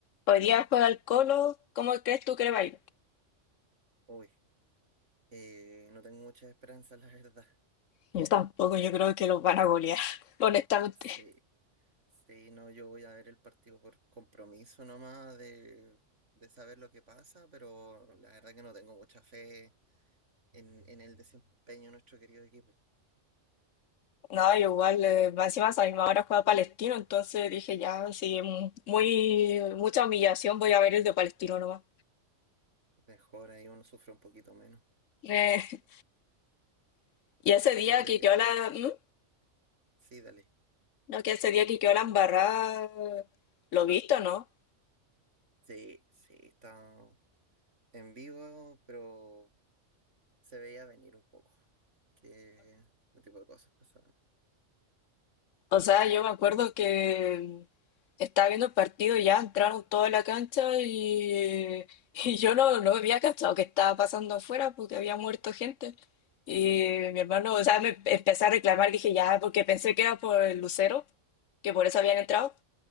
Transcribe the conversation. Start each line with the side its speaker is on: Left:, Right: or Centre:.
Left: Hoy día juega el Colo, ¿cómo crees tú que le va a ir?
Right: Uy, eh, no tengo muchas esperanzas, la verdad. <laughs>
Left: Yo tampoco, yo creo que los van a golear, <laughs> honestamente.
Right: Sí, sí, no, yo voy a ver el partido por compromiso nomás de, de saber lo que pasa, pero la verdad que no tengo mucha fe en, en el desempeño de nuestro querido equipo.
Left: No, yo igual, eh, más encima a esa misma hora juega Palestino, entonces dije ya, sí, mm, muy, mucha humillación, voy a ver el de Palestino nomás.
Right: Mejor ahí uno sufre un poquito menos.
Left: Eh, <laughs> y ese día
Right: Yo creo
Left: que
Right: que
Left: quedó la, ¿Mm?
Right: sí, dale.
Left: no, que ese día que quedó la embarrada, ¿lo viste o no?
Right: Sí, sí, está en vivo, pero se veía venir un poco que ese tipo de cosas pasaban.
Left: O sea, yo me acuerdo que estaba viendo el partido y ya entraron toda la cancha y, y yo no, no había cachado qué estaba pasando afuera porque había muerto gente. Y mi hermano, o sea, me empecé a reclamar, dije ya, porque pensé que era por el lucero, que por eso habían entrado.